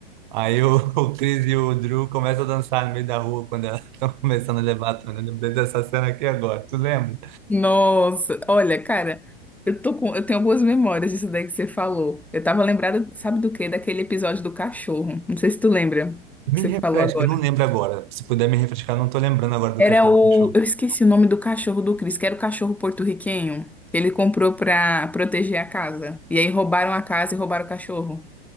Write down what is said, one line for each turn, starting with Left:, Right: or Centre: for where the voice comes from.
Right: Aí o, <laughs> o Chris e o Drew começam a dançar no meio da rua quando elas <laughs> estão começando a levar a Tony. Eu lembrei dessa cena aqui agora. Tu lembra?
Centre: Nossa, olha, cara, eu tô com, eu tenho algumas memórias disso daí que você falou. Eu tava lembrada, sabe do quê? Daquele episódio do cachorro. Não sei se tu lembra
Right: Me
Centre: que você
Right: refresca,
Centre: falou agora.
Right: eu não lembro agora. Se puder me refrescar, eu não tô lembrando agora do
Centre: Era
Right: Castelo
Centre: o,
Right: do Chão.
Centre: eu esqueci o nome do cachorro do Chris, que era o cachorro porto-riquenho que ele comprou pra proteger a casa. E aí roubaram a casa e roubaram o cachorro.